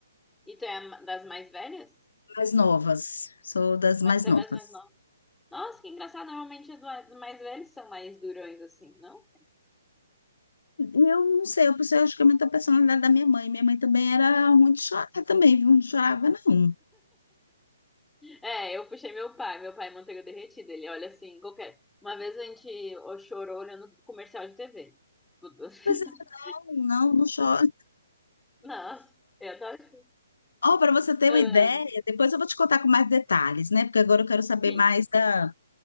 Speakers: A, in the centre; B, on the left.
A: E tu é a ma- das mais velhas?
B: mais novas, sou das
A: Ma-
B: mais
A: Tu
B: novas.
A: é das mais novas? Nossa, que engraçado. Normalmente os mais os mais velhos são mais durões, assim, não?
B: E eu não sei, eu pensei, acho que é muito a personalidade da minha mãe. Minha mãe também era muito chorar também, viu? Não chorava, não.
A: É, eu puxei meu pai. Meu pai é manteiga derretida. Ele olha assim, qualquer... Uma vez a gente ó, chorou olhando comercial de TV. <laughs>
B: Pois é, não, não, não chora.
A: Nossa, eu adoro.
B: Ó, para você ter uma
A: Ahn,
B: ideia, depois eu vou te contar com mais detalhes, né? Porque agora eu quero saber
A: sim,
B: mais da,